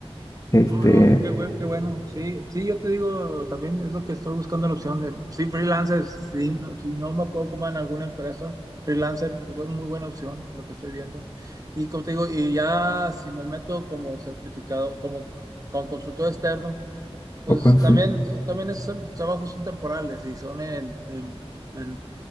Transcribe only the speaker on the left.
este,
o consultoría